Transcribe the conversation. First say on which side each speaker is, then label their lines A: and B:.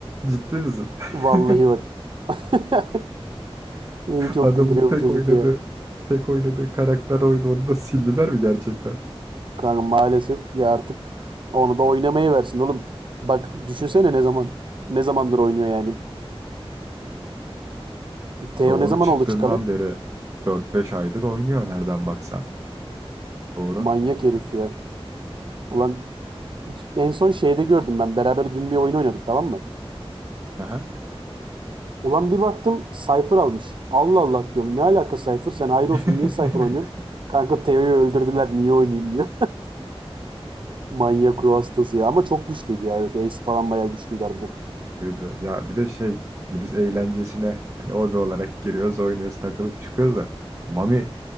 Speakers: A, on the right; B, on the right.
A: Ciddi misin? <laughs>
B: Vallahi bak. <laughs> Beni çok
A: Adamın
B: güldürüyor
A: tek
B: bu çocuk
A: oynadığı
B: ya.
A: tek oynadığı karakter oydu. Onu da sildiler mi gerçekten?
B: Kanka maalesef ya artık onu da oynamaya versin oğlum. Bak düşünsene ne zaman ne zamandır oynuyor yani. Teo
A: Doğru
B: ne zaman
A: çıktığından
B: oldu çıkalı?
A: beri dört beş aydır oynuyor nereden baksan. Doğru.
B: Manyak herif ya. Ulan hiç- en son şeyde gördüm ben. Beraber dün bir oyun oynadık tamam mı?
A: Aha.
B: Ulan bir baktım Cypher almış. Allah Allah diyorum. Ne alaka Cypher? Sen hayır olsun
A: <laughs>
B: niye Cypher oynuyorsun? Kanka Teo'yu öldürdüler niye oynayayım diyor. <laughs> Manyak ruh hastası ya. Ama çok güçlüydü ya evet. Ace falan bayağı güçlüydü harbiden.
A: Duydu. Ya bir de şey hani biz eğlencesine hani hobi olarak giriyoruz oynuyoruz takılıp çıkıyoruz da Mami